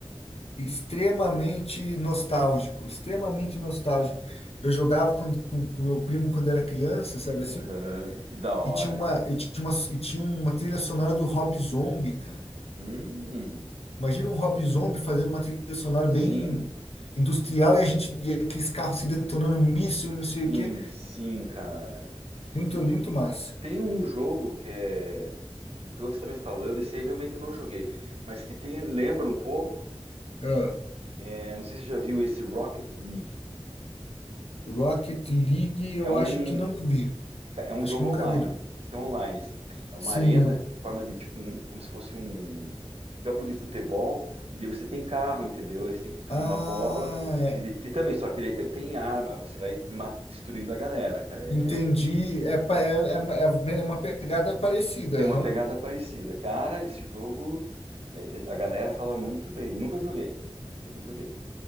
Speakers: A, on the left (about 85°); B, on the right (about 80°).
A: extremamente nostálgico, extremamente nostálgico. Eu jogava com, com, com meu primo quando era criança, sabe assim?
B: Aham, Que da hora,
A: E tinha uma,
B: cara.
A: e tinha uma, e tinha uma trilha sonora do Rob Zombie, cara.
B: Hum,
A: Imagina um Rob Zombie fazendo uma trilha sonora bem
B: sim.
A: industrial e a gente e aqueles carros se detonando míssil, e não sei o
B: Sim,
A: quê.
B: sim, cara.
A: Muito,
B: Eu
A: muito
B: te,
A: massa.
B: tem um jogo que é, pelo que você está me falando, esse aí realmente eu não joguei, mas que tem, lembra um pouco,
A: Ah,
B: é, não sei se você já viu esse Rocket League.
A: Rocket League, eu
B: É um,
A: acho que não vi.
B: é um
A: Acho
B: jogo
A: que nunca
B: online.
A: vi, não.
B: Esse é online, assim. É uma
A: Sim.
B: arena em forma de tipo, um, como se fosse um campo de futebol, e daí você tem carro, entendeu? Aí você tem que
A: Ah,
B: tem uma bola,
A: é,
B: e, ele tem também, só que ele tem, tem arma, você vai ma- destruindo a galera, cara. É,
A: entendi. É, pa- é, é, uma é uma pegada parecida,
B: Tem
A: aham.
B: uma pegada parecida. Cara, esse jogo, é, é, a galera fala muito bem. Nunca joguei, nunca joguei.